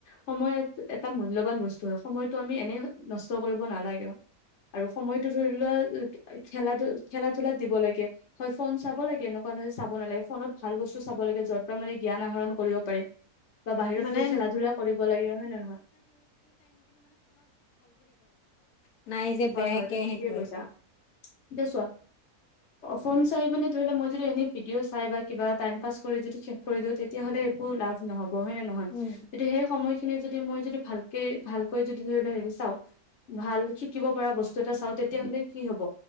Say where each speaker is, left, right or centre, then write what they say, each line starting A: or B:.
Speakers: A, on the left; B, on the left.
A: সময় এটা মূল্যৱান বস্তু হয় সময়তটো আমি এনেই নষ্ট কৰিব নালাগে আৰু সময়তো ধৰি লোৱা খেলা ধ খেলা ধলাত দিব লাগে হয় ফোন চাব লাগে এনেকুৱা চাব নালাগে ফোনত ভাল বস্তু চাব লাগে যৰ পৰা মানে জ্ঞান আহৰণ কৰিব পাৰি বা বাহিৰত
B: মানে
A: গৈ খেলা ধূলা কৰিব লাগে হয় নে নহয়
B: <unintelligible>
A: হয়
B: বেয়াকে
A: হয় তুমি
B: সেইটোৱে
A: ঠিকে কৈছা এতিয়া চোৱা ফোন চাই মাননে ধৰি লও মই যদি এনে ভিডিঅ' চাই বা কিবা টাইম পাছ কৰি যদি চেক কৰি দিওঁ তেতিয়া লে একো লাভ নহব হয় নে নহয়
B: উম
A: সেই সময় খিনি যদি দি মই যদি ভালকে ভালকৈ যদি ধৰি <unintelligible> শিকিব পৰা বস্তু এটা চাও তেতিয়াাহলে কি হব